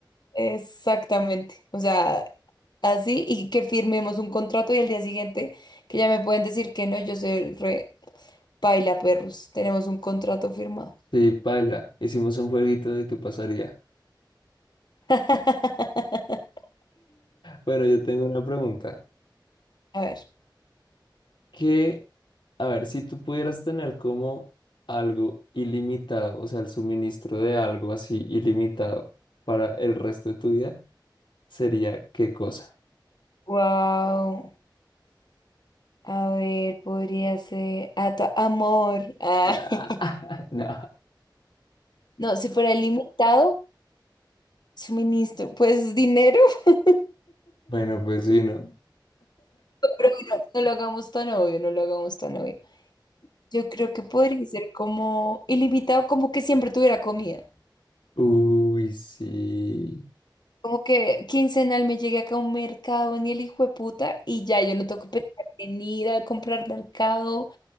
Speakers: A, on the left (about 60°); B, on the left (about 75°).
A: exactamente. O sea, así y que firmemos un contrato y al día siguiente que ya me pueden decir que no, yo soy re paila perros, tenemos un contrato firmado.
B: Sí, paila, hicimos un jueguito de qué pasaría.
A: <laughs>
B: Bueno, yo tengo una pregunta.
A: A ver.
B: Que, a ver, si tú pudieras tener como algo ilimitado, o sea, el suministro de algo así ilimitado para el resto de tu vida, ¿sería qué cosa?
A: Wow. A ver, podría ser. ah, to- amor. Ah.
B: <laughs>
A: <laughs>
B: Ah, no.
A: No, si fuera limitado, suministro, pues dinero. <laughs> Pero
B: Bueno, pues sí, ¿no?
A: bueno, no lo hagamos tan obvio, no lo hagamos tan obvio. Yo creo que podría ser como ilimitado, como que siempre tuviera comida.
B: Uy, sí.
A: Como que quincenal me llegue acá a un mercado, ni el hijo de puta, y ya yo no tengo que pensar en ir a comprar mercado